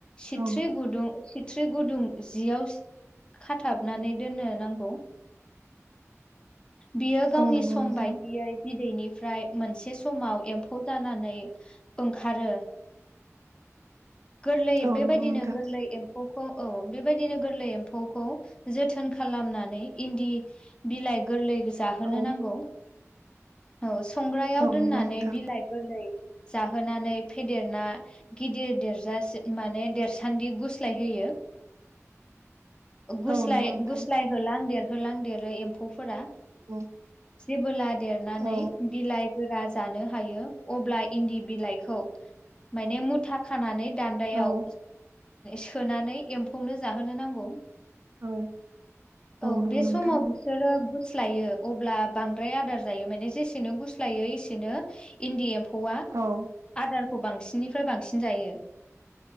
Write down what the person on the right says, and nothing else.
औ
<inaudible>
नंगौ
नोंथां
औ
नंगौ नोंथां
औ
औ
नंगौ नोंथां
औ नंगौ नोंथां
औ
औ
औ
औ
नंगौ
नोंथां
औ